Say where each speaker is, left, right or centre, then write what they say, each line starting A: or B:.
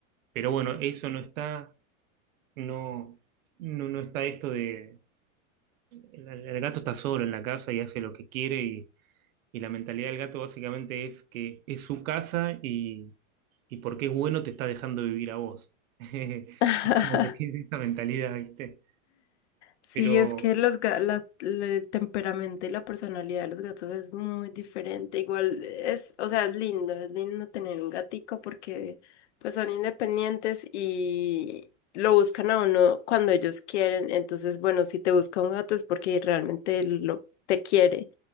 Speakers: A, on the right; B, on the left.
A: pero bueno, eso no está, no, no, no está esto de... El, el gato está solo en la casa y hace lo que quiere y, y la mentalidad del gato básicamente es que es su casa y, y porque es bueno te está dejando vivir a vos. <laughs>
B: <laughs>
A: Es como que tiene esa mentalidad, ¿viste?
B: Sí,
A: Pero
B: es que los, ga- la- la- el temperamento y la personalidad de los gatos es muy diferente. Igual es, o sea, es lindo, es lindo tener un gatico porque pues son independientes y lo buscan a uno cuando ellos quieren. Entonces, bueno, si te busca un gato es porque realmente lo te quiere.